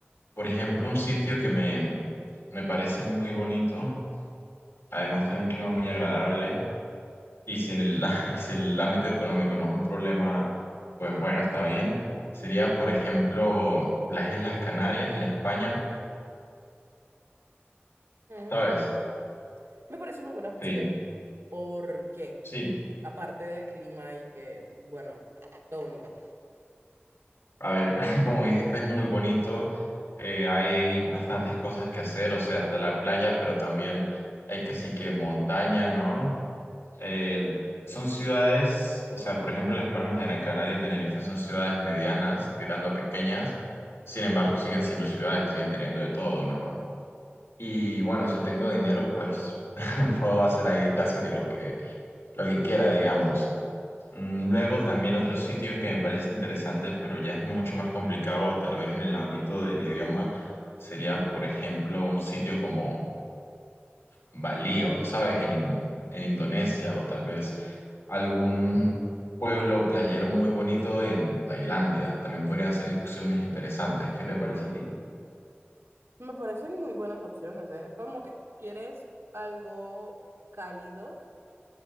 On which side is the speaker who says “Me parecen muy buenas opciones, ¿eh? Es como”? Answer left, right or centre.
Right